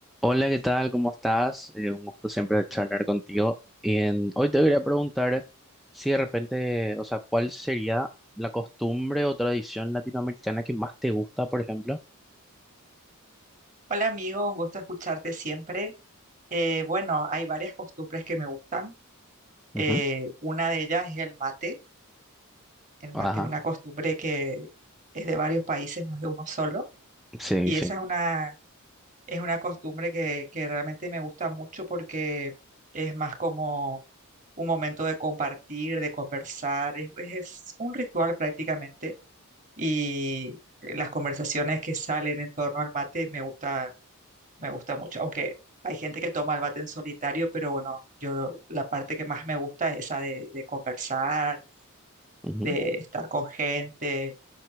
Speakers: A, in the centre; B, on the right.
A: Hola, ¿qué tal? ¿Cómo estás? Eh, un gusto siempre charlar contigo. Y en- hoy te quería preguntar si de repente, o sea, ¿cuál sería la costumbre o tradición latinoamericana que más te gusta, por ejemplo?
B: Hola amigo, un gusto escucharte siempre. Eh, bueno, hay varias costumbres que me gustan.
A: Ujú.
B: Eh, una de ellas es el mate. El
A: Ajá,
B: mate es una costumbre que es de varios países, no es de uno solo.
A: sí,
B: Y
A: sí.
B: esa es una, es una costumbre que, que realmente me gusta mucho porque es más como un momento de compartir, de conversar. Es, es un ritual prácticamente. Y las conversaciones que salen en torno al mate me gusta Me gusta mucho, aunque hay gente que toma el mate en solitario, pero bueno, yo la parte que más me gusta es esa de, de conversar,
A: Ujú.
B: de estar con gente